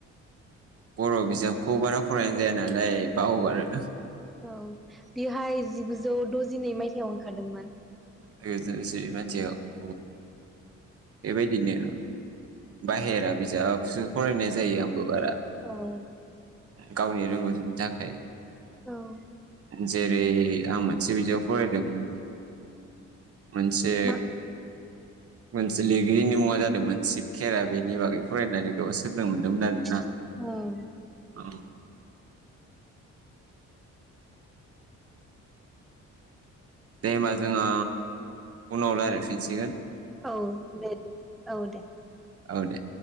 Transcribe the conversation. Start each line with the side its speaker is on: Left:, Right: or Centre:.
Right: बर' बिजाबखौ बारा फरायनाय जाया नालाय बावगारो।
Centre: औ बेहाय जिगुजौ द'जिनै मायथाइयाव ओंखारदोंमोन।
Right: <unintelligible> मायथाइयाव अ। एबायदिनो बाहेरा बिजाबसो फरायनाय जायो आंबो बारा
Centre: औ
Right: गावनि रोंगौथिनि थाखाय
Centre: औ
Right: जेरै आं मोनसे बिजाब फरायदोंमोन। मोनसे
Centre: मा
Right: मोनसे लिरगिरिनि मुङा जादोंमोन सिशिब खेरा बेनि बागै फरायनानै बेयाव सोलोंनो मोन्दोंमोन आरोना।
Centre: औ
Right: औ दे होमबा जोंहा उनाव रायलायफिनसिगोन।
Centre: औ दे दे औ दे।
Right: औ दे।